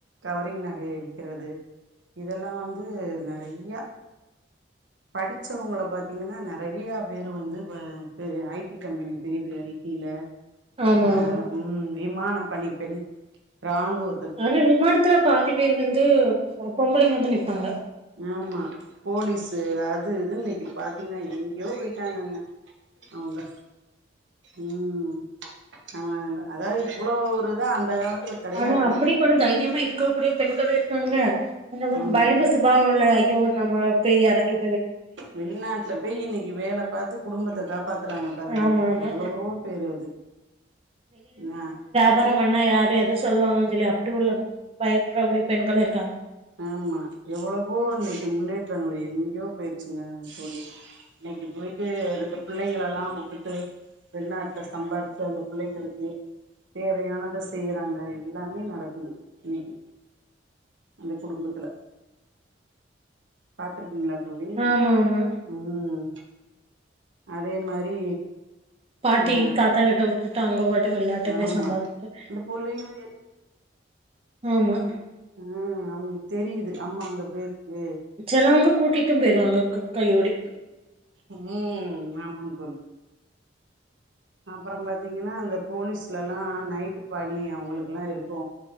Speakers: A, on the right (about 85°); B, on the right (about 30°).
A: கவரிங் நகயை விக்ககுறது இதல்லா வந்து நெறைய்யா படிச்சவங்கள பாத்தீங்கன்னா நெறைய பேரு வந்து இப்ப பெ ஐடி கம்பெனி பெரிய பெரிய ஐடில
B: ஆமா
A: ஆ
B: ஆமா
A: விமான பண்ணி பெண் ராணுவ
B: ஆனா விமானத்துல பாதி பேர் வந்து பொம்பளங்க வந்து நிப்பாங்க
A: ஆமா போலீஸு அது இதுன்னு இன்னிக்கு பாத்தீங்கன்னா எங்கயோ போயிட்டாங்கங்க அவுங்க ம் நம்ம அதாவது இவ்ளோ ஒரு இதா அந்த காலத்துல கெடையாது
B: ஆனா அப்டி கொஞ்ச தைரியமா இருக்க கூடிய பெண்களு இருக்காங்க கொஞ்ச பயந்து
A: ஆமா
B: பயந்து சுபாவ உள்ள அய்யோ நம்ம போய் இறங்கி
A: வெளிநாட்டுல போய் இன்னைக்கி வேலப் பாத்து குடும்பத்த காப்பாத்துறாங்க பாருங்க
B: ஆமா ஆமா
A: எவ்ளோ பேரு அது என்ன
B: அப்பறம்பன்னா யாரு எது சொல்லுவாங்கன்னு சொல்லி அப்டி உள்ள பயப்பறபடி பெண்களு இருக்காங்க
A: ஆமா எவ்வளவோ இன்னைக்கி முன்னேற்றங்கள் எங்கயோ பேய் சுங்க தொலி இன்னைக்கி போய்ட்டு ரெண்டு பிள்ளைங்கள எல்லா வுட்டுட்டு வெளிநாட்டுல சம்பாதிச்சு அந்த பிள்ளைங்களுக்கு தேவையானத செய்றாங்க எல்லாமே நடக்குது இன்னைக் அந்த குடும்பத்துல பாத்துருக்கீங்களா தோழி
B: ஆமா ஆமா
A: ம் அதே மாரி
B: பாட்டி
A: அ
B: தாத்தா கிட்ட உடு அவுங்க பாட்டுக்கு வெளிநாட்ல போய்
A: ஆமா
B: சம்பாதிச்சு
A: இந்த புள்ளைங்களு
B: ஆமா
A: ம் அவங்களுக்கு தெரியுது அம்மா அங்க பேயிருக்கு
B: ச்செலவ்ங்க கூட்டிட்டு பேய்றுவாங்க கையோடி
A: ம் ஆமா தோழி அப்பறோ பாத்தீங்கன்னா அந்த போலீஸ்லல்லா நைட்டு பணி அவுங்களுக்குல்லா இருக்கு